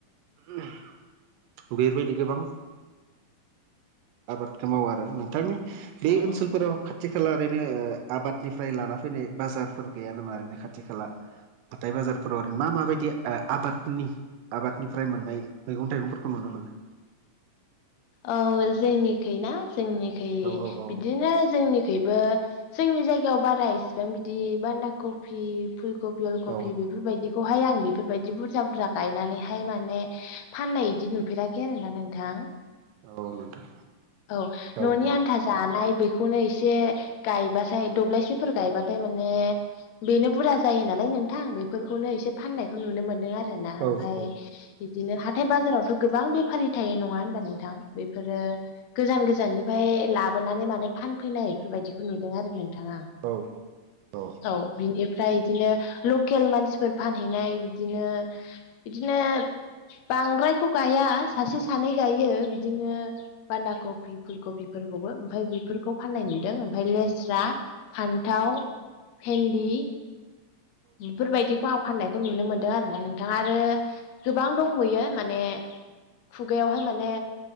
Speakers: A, on the right; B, on the left.
A: <unintelligible> बेफोरबायदि गोबां आबादखो मावो आरो नोंथांनि बे
B: औ
A: ओनसोलफोराव खाथि खाला ओरैनो आबादनिफ्राय लाना फैनाय बाजारफोर गैया नामा ओरैनो खाथि खाला हाथाय बाजारफोराव ओरैनो मा माबायदि ओ आबादनि आबादनिफ्राय मोननाय मैगं थाइगंफोरखौ नुनो मोनो
B: औ जोंनिखै ना जोंनिखै
A: औ औ
B: बिदिनो जोंनिखैबो जोंनि जायगायाव बारा इसिबां बिदि बान्दा कफि फुलकबि अल कफि
A: औ
B: बेफोरबायदि खौहाय आं बेफोरबायदि बुरजा बुरजा गायनानैहाय माने फाननाय इदि नुफेराखै आरोना नोंथां
A: औ नोंथां
B: औ
A: औ
B: न'नि
A: औ
B: आ नथा जानाय बेखौनो एसे गायबथाय दब्लायसेफोर गायबाथाय माने बेनो बुरजा जायो नालाय नोंथां बेफोरखौनो एसे फाननायखौ नुनो मोनदों आरो ना
A: औ
B: आमफाय
A: औ नोंथां औ
B: बिदिनो हाथाय बाजारावथ' गोबां बेफारि थायो नङा होनबा नोंथां बेफोरो गोजान गोजाननिफ्राय लाबोनानै माने फानफैनाय बेफोरबायदिखौ नुदों आरो नोंथां आं
A: औ औ
B: औ बिनिफ्राय इदिनो लकेल मानसिफोर फानहैनाय इदिनो बिदिनो बांद्रायखौ गाया सासे सानै गायो बिदिनो बान्दा कफि फुल कफिफोरखौबो ओमफाय बेफोरखौ फाननाय नुदों आमफाय लेस्रा फान्थाव भेन्दि बेफोरबायदिखौ आं फाननायखौ नुनो मोनदों आरोना नोंथां आरो गो बां दंबोयो माने खुगायावहाय माने